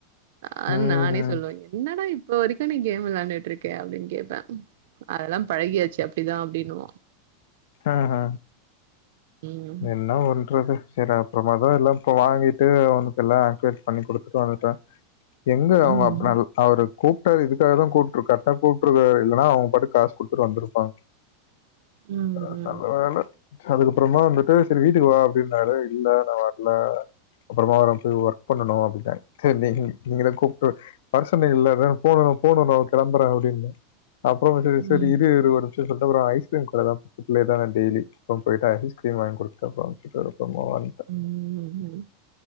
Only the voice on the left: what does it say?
ம்ஹ்ம்.
ஆ ஆ
என்ன பண்றது சரியப் றமாதா எல்லா இப்ப வாங்கிட்டு அவனுக்கு‌எல்லா ஆக்டிவேட் பண்ணி குடுத்துட்டு வந்துட்டே எங்க அவுங்க
அப்னால் அவுரு கூப்ட்டாரு இதுக்காக தா கூப்ட்டுருக்கா கரெக்டா கூப்ட்டுருக்காரு இல்லனா அவ பாட்டுக்கு காசு குடுத்துட்டு வந்துருப்பா
அ நா அ நா அதுக்கப்புறமா வந்துட்டு சரி வீட்டுக்கு வா அப்டின்னாரு இல்ல நா வர்ல அப்புறமா வரேன் போய் ஒர்க் பண்ணணும் அப்டின்டுடாங்க சரி நீ நீங்களும் கூப்ட்டு வர சொன்னிங்கல்ல வேணும் போணும் போணும் நா கெளம்பறே அப்டின்னே அப்புறமா சரி
சரி இரு ஒரு நிமிஷம் அப்படின்னு சொல்லிட்டு ஒரு ஐஸ்கிரீம் கடை ஏதோ மிட் நைட்டா தா டெய்லி அப்பறோ போயிட்டு ஐஸ்கிரீம் வாங்கி குடுத்து <unintelligible>